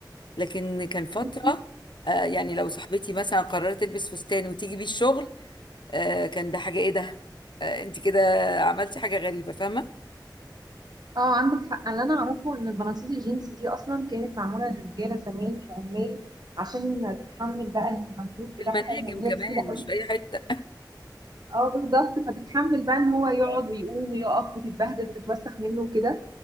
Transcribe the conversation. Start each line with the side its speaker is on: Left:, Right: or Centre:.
Left: لكن كان فترة
Right: بصي،
Left: آه يعني لو صاحبتي مثلا قررت تلبس فستان وتيجي بيه الشغل آه كان ده حاجة إيه ده آه أنت كده عملتي حاجة غريبة فاهمة
Right: اه عندك حق اللي انا اعرفه ان البناطيل الجينز دي اصلا كانت معموله للرجاله زمان العمال عشان تتحمل بقى المجهود بتاعهم
Left: في المناجم
Right: وان
Left: كمان
Right: هي تقيله
Left: مش في اي حته
Right: اه بالظبط فتتحمل بقى ان هو يقعد ويقوم ويقف وتتبهدل وتتوسخ منه وكده